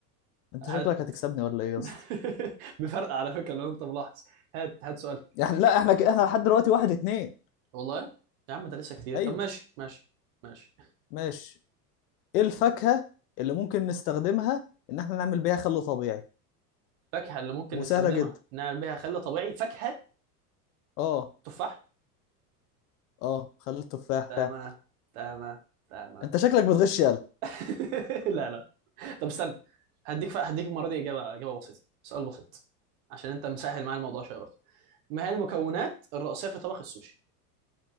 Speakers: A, on the left; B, on the right.
A: أنت
B: هات
A: شكلك هتكسبني ولا إيه يا
B: <laughs>
A: اسطى
B: بفرق على فكره لو انت ملاحظ هات هات سؤال
A: يعني لا إحنا ك... إحنا لحد دلوقتي واحد اتنين
B: والله يا عم ده لسه كتير
A: أيوه
B: طب ماشي ماشي ماشي
A: ماشي ايه الفاكهة اللي ممكن نستخدمها ان احنا نعمل بيها خل طبيعي
B: فاكهه اللي ممكن
A: وسهلة
B: نستخدمها
A: جدا
B: نعمل بيها خل طبيعي فاكهه
A: اه
B: تفاح
A: اه خل التفاح
B: تمام
A: فعلا
B: تمام تمام
A: انت شكلك بتغش يالا
B: <laughs> لا لا طب استنى هديك ف... هديك المره دي اجابه اجابه بسيطه سؤال بسيط عشان انت مسهل معايا الموضوع شويه برضه ما هي المكونات الرئيسيه في طبخ السوشي